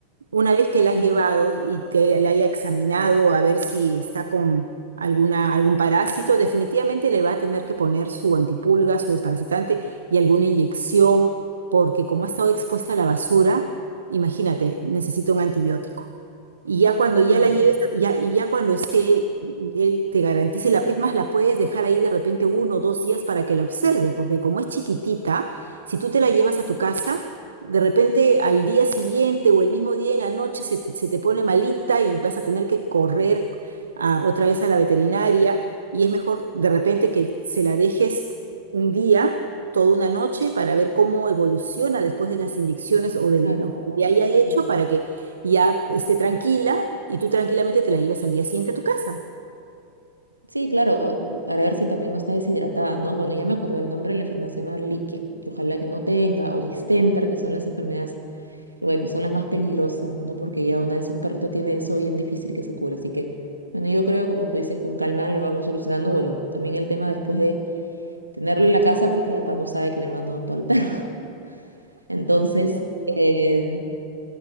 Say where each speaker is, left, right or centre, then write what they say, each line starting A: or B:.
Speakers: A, on the right; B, on the right.
A: Una vez que la has
B: Mm,
A: llevado y te la haya examinado a ver si está con alguna, algún parásito, definitivamente le va a tener que poner su antipulga, su desparasitante y alguna inyección, porque como ha estado expuesta a la basura, imagínate, necesita un antibiótico. Y ya cuando ya
B: Claro,
A: la lleves, ya, y ya cuando esté, él te garantice la, es más, la puedes dejar ahí de repente uno o dos días para que la observe, porque como es chiquitita, si tú te la llevas a tu casa, de repente al día siguiente o el mismo día en la noche se, te se te pone malita y vas a tener que correr ah, otra vez a la veterinaria y es mejor de repente que se la dejes un día, toda una noche, para ver cómo evoluciona después de las inyecciones o de
B: claro,
A: lo
B: ¿cómo
A: que le
B: reacciona?
A: haya hecho, para que ya esté tranquila y tú tranquilamente te la llevas al día siguiente a tu casa.
B: Sí, claro, para ver si también no está deshidratada, ¿no? Bueno, ya me acordé el nombre la enfermedad, se llama Ehrlichia, que ojalá que no tenga, o distemper, que son las enfermedades bueno, son las más peligrosas, ¿no? Porque ya una vez un perrito tiene eso bien difícil que se cura. Así que, bueno, yo creo, como tú dices, con calma lo vamos solucionando. Bueno, también el tema después de tenerlo en la casa, porque ya papá no sabe que mi hermano adoptó al perro. <laughs> Entonces, eh,